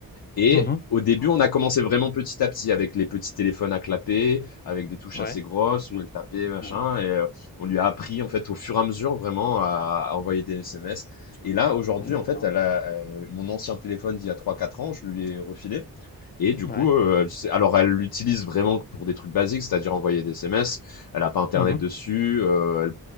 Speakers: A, on the left; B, on the left.
A: Et
B: Mhm.
A: au début, on a commencé vraiment petit à petit avec les petits téléphones à clapper, avec des touches
B: Ouais.
A: assez grosses où elle tapait, machin.
B: Ouais.
A: Et euh, on lui a appris, en fait, au fur et à mesure, vraiment, à, à envoyer des SMS. Et là, aujourd'hui,
B: Ouais, d'accord.
A: en fait, elle a, euh, mon ancien téléphone d'il y a trois quatre ans, je lui ai refilé. Et du
B: Ouais.
A: coup, euh, elle sait- alors, elle l'utilise vraiment pour des trucs basiques, c'est-à-dire envoyer des SMS. Elle a pas Internet
B: Mhm,
A: dessus. euh, elle